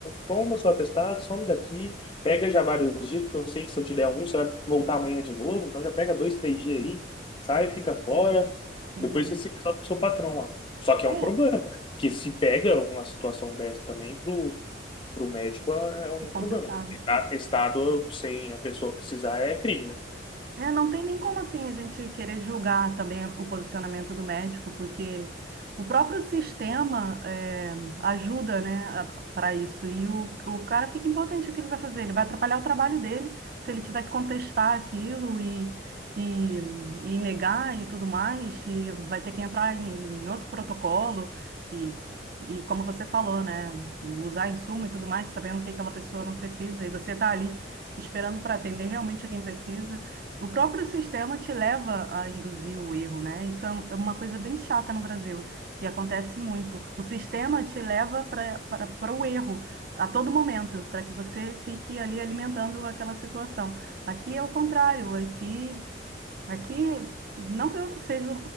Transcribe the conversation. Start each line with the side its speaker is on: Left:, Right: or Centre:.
Left: toma o seu atestado, some daqui, pega já vários dias, porque eu sei que se eu te der um, você vai voltar amanhã de novo. Então, já pega dois, três dias aí, sai, fica fora.
Right: Sim.
Left: Depois você se resolve com o seu patrão lá. Só que
Right: É,
Left: é um problema, né? que se pega uma situação dessa também pro para o médico é é um
Right: é complicado.
Left: problema. né? Atestado sem a pessoa precisar é crime, né?
Right: É, não tem nem como assim a gente querer julgar também o posicionamento do médico, porque o próprio sistema é, ajuda, né, para isso. E o, o cara fica impotente, o que ele vai fazer? Ele vai atrapalhar o trabalho dele se ele tiver que contestar aquilo e, e, e negar e tudo mais, e vai ter que entrar em, em outro protocolo e, e como você falou, né, usar insumo e tudo mais, sabendo que aquela pessoa não precisa, e você está ali esperando para atender realmente a quem precisa. O próprio sistema te leva a induzir o erro, né? Isso é um- é uma coisa bem chata no Brasil, que acontece muito. O sistema te leva para o erro a todo momento, para que você fique ali alimentando aquela situação. Aqui é o contrário, aqui Aqui, não que eu seja